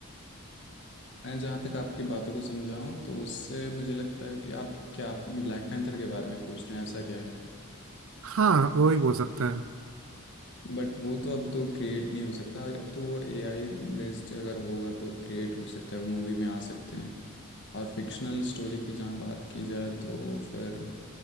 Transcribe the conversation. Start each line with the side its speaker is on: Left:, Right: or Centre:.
Left: मैं जहाँ तक आपकी बातों को समझा हूँ तो उससे मुझे लगता है कि आप क्या ब्लैक पैंथर के बारे में पूछ रहे हैं ऐसा क्या है
Right: हाँ वही बोल सकते हैं
Left: बट वो तो अब तो क्रिएट नहीं हो सकता अब तो वो एआई बेस्ड अगर होगा तो क्रिएट हो सकता है वो मूवी में आ सकते हैं और फिक्शनल स्टोरी की जहाँ बात की जाए तो फिर